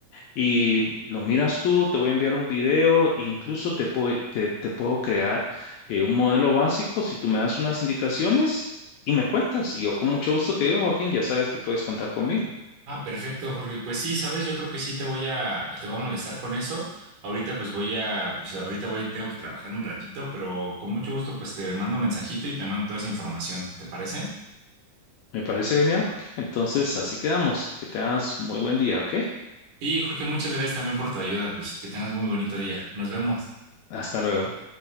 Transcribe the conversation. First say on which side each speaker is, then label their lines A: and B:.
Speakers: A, on the left (about 75°); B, on the right (about 75°).
A: y lo miras tú, te voy a enviar un video, e incluso te, pue- te, te puedo crear eh, un modelo básico si tú me das unas indicaciones y me cuentas. Y yo con mucho gusto te digo, Joaquín, ya sabes que puedes contar conmigo.
B: Ah, perfecto, Jorge. Pues sí, sabes, yo creo que sí te voy a, te voy a molestar con eso. Ahorita pues voy a, pues ahorita voy, tengo que trabajar un ratito, pero con mucho gusto pues te mando un mensajito y te mando toda esa información, ¿te parece?
A: Me parece genial, Joaquín. Entonces, así quedamos. Que tengas muy buen día, ¿ok?
B: Y Jorge, muchas gracias también por tu ayuda, pues que tengas muy bonito día. Nos vemos.
A: Hasta luego.